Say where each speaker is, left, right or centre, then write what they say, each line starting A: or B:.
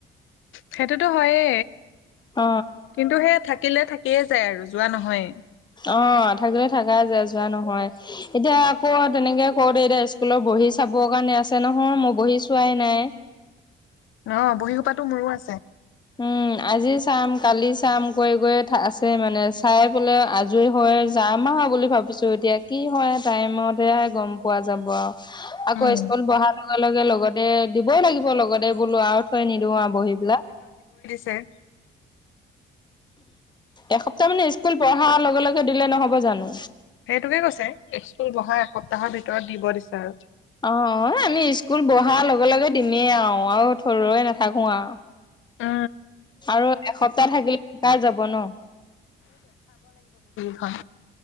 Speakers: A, on the left; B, on the left.
A: সেইটোতো হয়ে
B: অ
A: কিন্তু সে থাকিলে থাক সয়ে যায় আৰু যোৱা নহয়
B: অ থাকিলে থাকাই য যোৱা নহয় এতিয়া আকৌ তেনেকে কওঁতে এতিয়া স্কুলত বহি চা যাব কাৰণে আছে নহয় মই বহি চোৱাই নাই
A: অ বহীসোপাতো মোৰো আছে
B: উম আজি চাম কালি চাম কৈ গৈ আছে মানে চাই পোলে আজৰি হৈ যাম আৰু বুলি ভাবিছো এতিয়া কি হয় টাইমতে গম পোৱা যায় য আৰু আকৌ
A: উম,
B: স্কুল বঢ়াৰ লগে লগে লগতে দিবই লাগিব লগতে বোলো আৰু থৈ নিদিওঁ আৰু বহি পেলাক
A: ছয়
B: এসপ্তাহ মানে স্কুল পঢ়াৰ লগে লগে দিলে নহব জানো
A: সেইটোকে কৈছে স্কুল বহা এসপ্তাহৰ ভিতৰত দিব দিছে আৰু
B: অ আমি স্কুল বঢ়াৰ লগে লগে দিমেই আৰু আৰু থৰুৈ নাথাকো আৰু
A: অ
B: আৰু এসপ্তাহ থাকিলেকাৰাই যাব ন
A: হয়